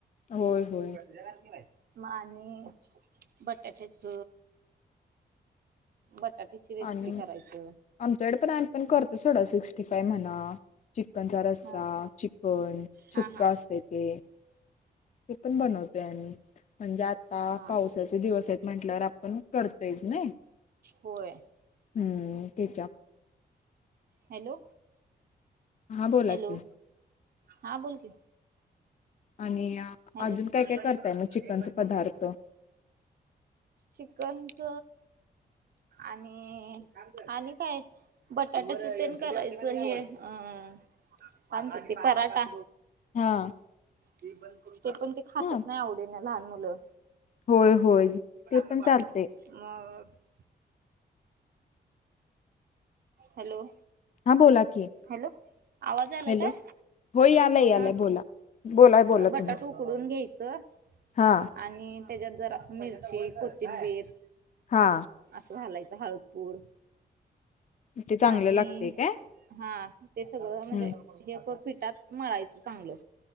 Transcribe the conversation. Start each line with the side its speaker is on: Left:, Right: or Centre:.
Left: होय, होय.
Right: <inaudible> मग आणि बटाट्याच. बटाट्याची रेसिपी
Left: आणि
Right: करायच.
Left: आमच्याकडे पण आम्ही पण करतो सोडा, सिक्ट क्स्टी- फाइव म्हणा. चिकनचा रस्सा,
Right: हा
Left: चिकन,
Right: हा
Left: सुका
Right: हा
Left: असतय, ते. ते पण बनवतोय आम्ही. म्हणजे आता
Right: हा
Left: पावसाच दिवस आहेत म्हंटल्यावर, आपण करतोयच, नाही.
Right: होय.
Left: हम्म. ते.
Right: हॅलो.
Left: हा बोला
Right: हॅलो.
Left: की
Right: हा बोल की.
Left: आणि
Right: हॅलो.
Left: अजून काय काय करताय मग चिकनचे
Right: <inaudible>
Left: पदार्थ
Right: चिकनच आणि, आणि काय? बटाट्याच तेन करायचं, हे. आ कोणत? ते पराठा.
Left: हा.
Right: ते पण, ते खातात
Left: हा
Right: ना, आवडीन. लहान मुलं.
Left: होय होय ते
Right: <unintelligible>
Left: पण चालते
Right: हॅलो.
Left: ह, बोला की.
Right: हॅलो. आवाज आलाय
Left: हॅलो
Right: काय?
Left: हो यालाय यालाय
Right: हा,
Left: बोला बोलाय बोला
Right: बटाटू
Left: तुम्ही
Right: उकडून घ्यायचं
Left: हा.
Right: आणि त्याज्यात जरासं मिरची, कोथिंबीर
Left: हा.
Right: असं, घालायचं. हळद पूड.
Left: ते चांगलं
Right: आणि
Left: लागते काय
Right: हा, ते सगळं म्हणजे,
Left: हम्म
Right: हे क पिठात मळायचं, चांगलं.